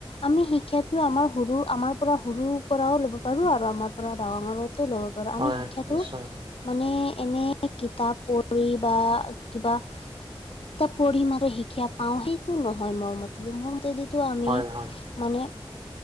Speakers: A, on the left; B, on the right.
A: আমি শিক্ষাটো আমাৰ সৰু আমাৰ পৰা সৰুৰ পৰাও ল'ব পাৰো আৰু আমাৰ পৰা ডাঙৰতও ল'ব পাৰো। ধৰ আমি
B: হয়
A: শিক্ষাটো
B: নিশ্চয়
A: মানে এনে কিতাপ পঢ়ি বা কিবা এটা পঢ়িম আৰু শিক্ষা পাও সেইটো নহয় মোৰ মতেদি মোৰ মতেদি টো আমি
B: হয় হয়
A: মানে